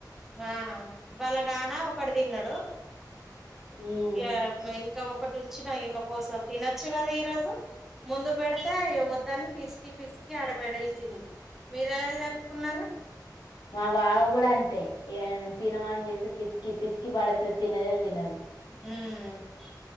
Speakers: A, in the centre; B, on the left.
A: మా వాళ్ళ నాన ఒకడి దిన్నడు
B: ఉమ్
A: ఇగ మ్ ఇంక ఒక టుంచిన ఈమ కోసం తినచ్చు కద ఈరోజు. ముందు బెడితే ఇగ వొద్దని పిస్కి పిస్కి ఆడబడేసింది. మీరెలాగ్ జరుప్కున్నారు.
B: మా వాడు గుడంతె ఏమైన తిను అన్ జెప్పి పిస్కి పిస్కి పడేత్తద్ తినదే తినదు.
A: ఊమ్.